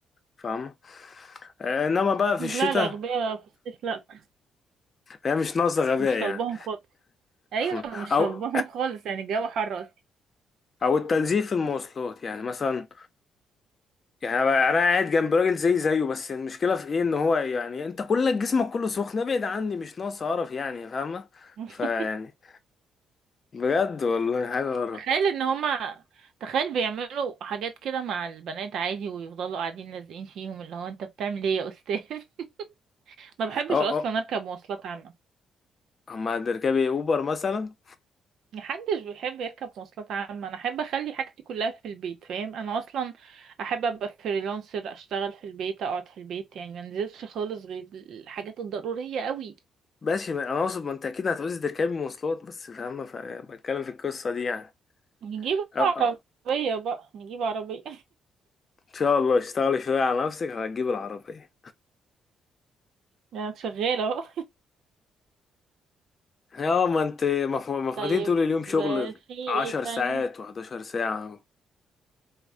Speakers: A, on the left (about 40°); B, on the right (about 70°).
A: فاهم انما بقى في
B: لا
A: الشتاء
B: لا أغبياء في الصيف لا
A: هي مش ناقصه غباء
B: مش
A: يعني
B: طالباهم خالص أيوة
A: <laughs>
B: مش
A: او
B: طالباهم خالص يعني الجو حر أصلا
A: <coughs> او التنزيل في المواصلات يعني مثلا يعني انا أنا قاعد جنب راجل زي زيه بس المشكله في ايه ان هو يعني انت كل جسمك كله سخن ابعد عني مش ناقص قرف يعني فاهمه
B: <laughs>
A: فيعني بجد والله حاجه قرف
B: تخيل ان هما تخيل بيعملوا حاجات كده مع البنات عادي ويفضلوا قاعدين لازقين فيهم اللي هو انت بتعمل ايه يا استاذ <laughs> ما بحبش
A: اه
B: اصلا
A: اه
B: اركب مواصلات عامة
A: اما تركبي اوبر مثلا
B: محدش بيحب يركب مواصلات عامة انا احب اخلي حاجتي كلها في البيت فاهم انا اصلا احب ابقى فريلانسر اشتغل في البيت اقعد في البيت يعني ما انزلش خالص غير الحاجات الضرورية قوي
A: ماشي ما- انا اقصد ما انت اكيد هتعوزي تركبي مواصلات بس فاهمه فبتكلم في القصه دي يعني
B: نجيب
A: اه
B: عربية
A: أه.
B: بقى نجيب عربية
A: ان شاء الله اشتغلي شوية على نفسك هتجيب العربية
B: <laughs> يعني شغالة اهو
A: يا ما انت مف- مفقودين
B: طيب
A: طول اليوم شغل
B: في ايه
A: عشر
B: تاني
A: ساعات وحداشر ساعة